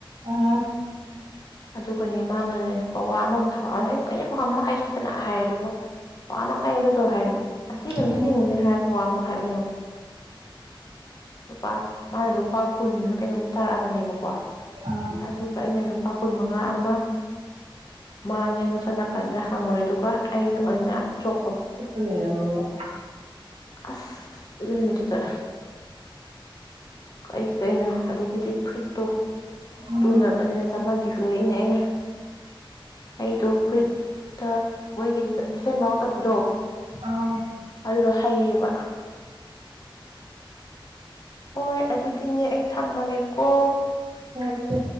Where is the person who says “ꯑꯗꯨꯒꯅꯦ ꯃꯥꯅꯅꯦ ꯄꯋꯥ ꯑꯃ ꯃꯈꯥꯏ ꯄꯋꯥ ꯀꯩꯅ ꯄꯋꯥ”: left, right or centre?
Left